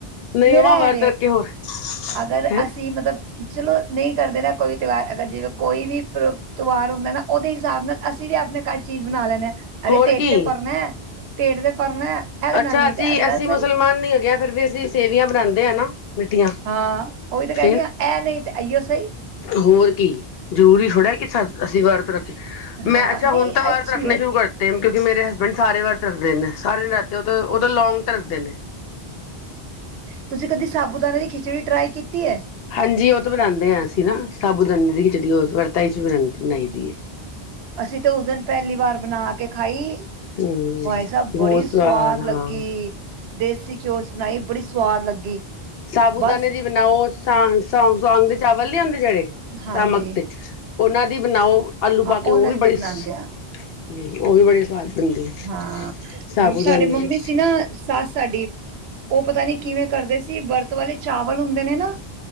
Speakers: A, on the left (about 70°); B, on the right (about 80°).
A: ਨਹੀਂ
B: ਮੇਰਾ
A: ਮੰਮਾ ਵਰਤ
B: ਐਵੇ
A: ਰੱਖੇ ਹੋਰ
B: ਅਗਰ
A: ਹੈਂ
B: ਅਸੀਂ ਮਤਲਬ ਚਲੋ ਨਹੀਂ ਕਰਦੇ ਨਾ ਕੋਈ ਤਿਉਹਾਰ ਅਗਰ ਜਿਵੇਂ ਕੋਈ ਵੀ ਤਿਉਹਾਰ ਹੁੰਦਾ ਨਾ, ਉਹਦੇ ਹਿਸਾਬ ਨਾਲ ਅਸੀਂ ਵੀ ਆਪਣੇ ਘਰ ਚੀਜ਼ ਬਣਾ ਲੈਣੇ ਹਾਂ। ਅਰੇ
A: ਹੋਰ
B: ਢਿੱਡ
A: ਕੀ
B: ਤੇ ਭਰਨਾ, ਢਿੱਡ ਤੇ ਭਰਨਾ ਇਹਦੇ
A: ਅੱਛਾ
B: ਨਾਲ ਨਹੀਂ
A: ਅਸੀਂ,
B: ਤੇ ਇਹਦੇ ਨਾਲ
A: ਅਸੀਂ
B: ਸਹੀ
A: ਮੁਸਲਮਾਨ ਨੀ ਹੈਗੇ ਆ, ਫਿਰ ਵੀ ਅਸੀਂ ਸੇਵੀਆਂ ਬਣਾਉਂਦੇ ਹਾਂ ਨਾ। ਮਿੱਠੀਆਂ
B: ਹਾਂ, ਉਹੀ ਤਾਂ ਕਹਿ
A: ਫੇਰ
B: ਰਹੀ ਹ ਐ ਨਹੀਂ ਤੇ ਇਈਓ ਸਹੀ।
A: ਹੋਰ ਕੀ, ਜਰੂਰੀ ਥੋੜ੍ਹਾ ਕਿ ਅਸੀਂ ਵਰਤ ਰੱਖੀਏ। ਮੈਂ
B: ਹਾਂ
A: ਅੱਛਾ,
B: ਨਹੀਂ
A: ਹੁਣ ਤਾਂ ਵਰਤ
B: ਅੱਛੀ
A: ਰੱਖਣੇ
B: ਹੈ
A: ਸ਼ੁਰੂ ਕਰ ਦਿਤੇ। ੱ ਟਾਈਮ ਕਿਉਂਕਿ ਮੇਰੇ ਹਸਬੈਂਡ ਸਾਰੇ ਵਰਤ ਰਖਦੇ ਨੇ ਸਾਰੇ ਨਰਾਤੇ ਉਹ ਤੋਂ ਉਹ ਤਾਂ ਲੌਂਗ ਰੱਖਦੇ ਨੇ।
B: ਤੁਸੀਂ ਕਦੀ ਸਾਬੂ ਦਾਣੇੇ ਦੀ ਖਿਚੜੀ ਟਰਾਈ ਕੀਤੀ ਹੈ?
A: ਹਾਂਜੀ ਉਹ ਤਾਂ ਬਣਾਉਂਦੇ ਹਾਂ ਅਸੀਂ ਨਾ, ਸਾਬੂਦਾਨੇ ਦੀ ਖਿਚੜੀ ਉਹ ਵਰਤਾ ਵਿਚ ਵੀ ਬਣਾਈ ਦੀ ਹੈ।
B: ਅਸੀਂ ਤਾਂ ਉਸ ਦਿਨ ਪਹਿਲੀ ਵਾਰ ਬਣਾ ਕੇ ਖਾਈ।
A: ਹਮ
B: ਭਾਈ ਸਾਹਿਬ
A: ਬਹੁਤ
B: ਬੜੀ ਸਵਾਦ
A: ਹਾਂ
B: ਲੱਗੀ। ਦੇਸੀ ਘਿਓ 'ਚ ਬਣਾਈ ਬੜੀ ਸਵਾਦ ਲੱਗੀ।
A: ਸਾਬੂਦਾਨੇ
B: ਬਸ
A: ਦੀ ਬਣਾਓ, ਸਵਾਂਗ ਦੇ ਚਾਵਲ ਨੀ ਹੁੰਦੇ ਜਿਹੜੇ
B: ਹਾਂਜੀ
A: ਸਾਮਕ ਤੇ ਉਹਨਾਂ ਦੀ ਬਣਾਓ, ਆਲੂ
B: ਹਾਂ
A: ਪਾ ਕੇ
B: ਉਹਨਾਂ
A: ਉਹ ਵੀ
B: ਦੀ ਤਾਂ
A: ਬੜੀ
B: ਬਣਾਉਂਦੇ
A: ਹਮ,
B: ਆ
A: ਉਹ ਵੀ ਬੜੇ ਸਵਾਦ ਬਣਦੇ ਆ,
B: ਹਾਂ
A: ਸਾਬੂਦਾਨੇ
B: ਸਾਡੇ ਮੰਮੀ
A: ਦੀ।
B: ਸੀ ਨਾ ਸੱਸ ਸਾਡੀ, ਉਹ ਪਤਾ ਨੀ ਕਿਵੇਂ ਕਰਦੇ ਸੀ ਵਰਤ ਵਾਲੇ ਚਾਵਲ ਹੁੰਦੇ ਨੇ ਨਾ